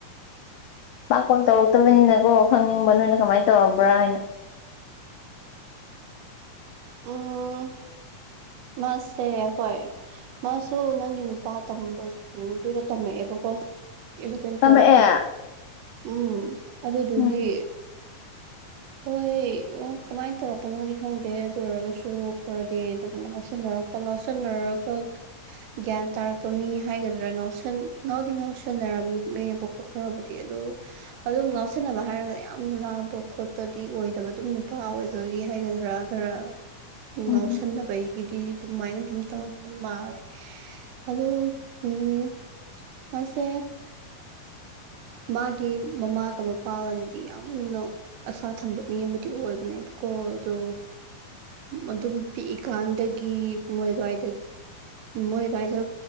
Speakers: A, on the left; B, on the right.
A: ꯄꯥꯛꯄ ꯆꯥꯎꯧꯔꯛꯇꯕꯅꯤꯅ ꯀꯣ ꯈꯪꯅꯤꯡꯕ ꯅꯣꯏꯅ ꯀꯃꯥꯏꯅ ꯇꯧꯔꯕ꯭ꯔꯥ ꯍꯥꯏꯅ
B: ꯎꯝ ꯃꯥꯁꯦ ꯍꯣꯏ ꯃꯥꯁꯨ ꯅꯪꯒꯤ ꯅꯨꯄꯥ ꯇꯝꯕ ꯁ꯭ꯀꯨꯜꯗꯨꯗ ꯇꯝꯃꯛꯑꯦꯕꯀꯣ ꯏꯂꯚꯦꯟ
A: ꯇꯝꯃꯛꯑꯦ
B: ꯇꯨꯋꯦꯜꯐꯇꯣ ꯎꯝ ꯑꯗꯨꯗꯨꯒꯤ
A: ꯎꯝ
B: ꯍꯣꯏ ꯎ ꯀꯃꯥꯏꯅ ꯇꯧꯔꯛꯄꯅꯣꯗꯤ ꯈꯪꯗꯦ ꯑꯗꯨ ꯑꯣꯏꯔꯒꯁꯨ ꯈꯔꯗꯤ ꯑꯗꯨꯝ ꯉꯥꯎꯁꯟꯅꯔꯛꯄ ꯉꯥꯎꯁꯟꯅꯔꯒ ꯒ꯭ꯌꯥꯟ ꯇꯥꯔꯛꯄ ꯃꯤ ꯍꯥꯏꯒꯗ꯭ꯔꯥ ꯉꯥꯎꯁꯟ ꯉꯥꯎꯗꯤ ꯉꯥꯎꯁꯟꯅꯔꯝꯃꯦꯕꯨ ꯈꯔꯕꯨꯗꯤ ꯑꯗꯨ ꯑꯗꯨꯝ ꯉꯥꯎꯁꯟꯅꯕ ꯍꯥꯏꯔꯒꯅ ꯌꯥꯝꯅ ꯂꯥꯡꯕ ꯈꯣꯠꯄ ꯗꯤ ꯑꯣꯏꯗꯕ ꯑꯗꯨꯝ ꯅꯨꯄꯥ ꯑꯣꯏꯕꯒꯤ ꯍꯥꯏꯒꯗ꯭ꯔꯥ ꯈꯔ
A: ꯎꯝ
B: ꯉꯥꯎꯁꯟꯅꯕꯒꯤ ꯇꯤ ꯑꯗꯨꯃꯥꯏꯅ ꯑꯗꯨꯝ ꯇꯧꯔ ꯃꯥꯜꯂꯦ ꯑꯗꯨ ꯎꯝ ꯑꯁꯦ ꯃꯥꯒꯤ ꯃꯃꯥꯒ ꯃꯄꯥꯒꯅꯗꯤ ꯌꯥꯝꯅ ꯑꯁꯥ ꯊꯝꯕ ꯃꯤ ꯑꯃꯗꯤ ꯑꯣꯏꯕꯅꯦꯕꯀꯣ ꯑꯗꯣ ꯑꯗꯨꯝ ꯄꯤꯛꯏꯀꯥꯟꯗꯒꯤ ꯃꯣꯏ ꯑꯗꯨꯋꯥꯏꯗꯒꯤ ꯃꯣꯏ ꯑꯗꯨꯏꯗ